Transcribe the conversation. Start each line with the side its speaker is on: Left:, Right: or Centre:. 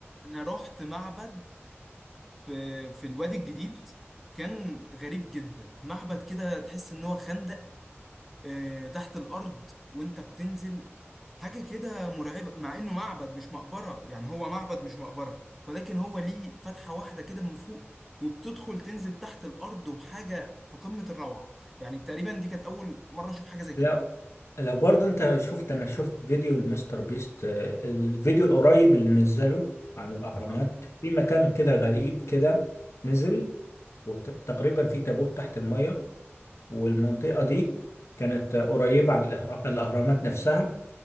Centre: انا رحت معبد في في الوادي الجديد كان غريب جدا معبد كده تحس ان هو خندق آه، تحت الارض وانت بتنزل حاجة كده مرعبة مع انه معبد مش مقبرة يعني هو معبد مش مقبرة ولكن هو ليه فتحة واحدة كده من فوق وبتدخل تنزل تحت الارض وحاجة في قمة الروعة يعني تقريبا دي كانت اول مرة اشوف حاجة زي كده
Left: لو لو برضه انت شفت انا شفت فيديو المستر بيست آه، الفيديو القريب اللي نزله عن الاهرامات
Centre: آه.
Left: في مكان كده غريب كده نزل وتقريبا في تابوت تحت المية والمنطقة دي كانت آه، قريبة عن الإهرا- الاهرامات نفسها